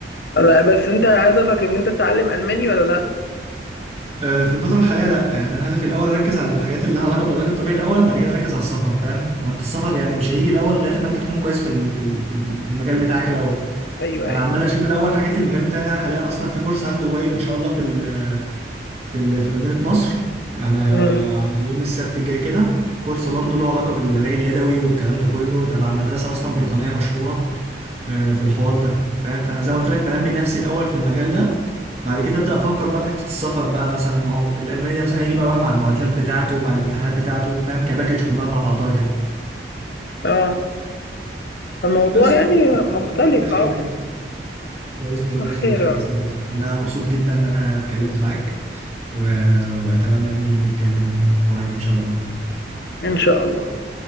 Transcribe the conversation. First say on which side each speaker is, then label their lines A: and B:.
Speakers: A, on the left; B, on the right.
A: لا، بس انت هدفك ان انت تتعلم الماني ولا لا
B: آه، في الفتره الحاليه لا يعني انا هدفي الاول اركز على الحاجات اللي لها علاقه بالعلاج الطبيعي الاول بعد كده اركز على السفر فاهم ما هو انت السفر يعني مش هيجي الاول لغايه ما انت تكون كويس في ال- في ال- في ال- في المجال بتاعك الاول
A: ايوه
B: فانا
A: ايوه
B: عمال اشوف الاول حاجات المجال بتاعي انا حاليا اصلا في كورس هاخده قريب ان شاء الله في ال في ال- في مدينة نصر على على
A: مم.
B: يوم السبت الجاي كده كورس برضه له علاقة بالعلاج اليدوي والكلام ده كله تبع مدرسة أصلا بريطانية مشهورة آه، في الحوار ده فاهم فأنا زي ما قلت لك بنمي نفسي الأول في المجال ده بعد كده أبدأ أفكر بقى في حتة السفر بقى مثلا ما هو الألماني ده مثلا هيجي بقى مع المعادلات بتاعته مع الامتحانات بتاعته فاهم كباكج كلها مع بعضها كده
A: اه الموضوع
B: بس
A: يعني مختلف
B: بإذن الله خير
A: اه
B: بإذن الله خير
A: خير
B: بإذن الله خير أنا مبسوط جدا إن أنا اتكلمت معاك و... وأتمنى يعني نتكلم قريب إن شاء الله
A: إن شاء الله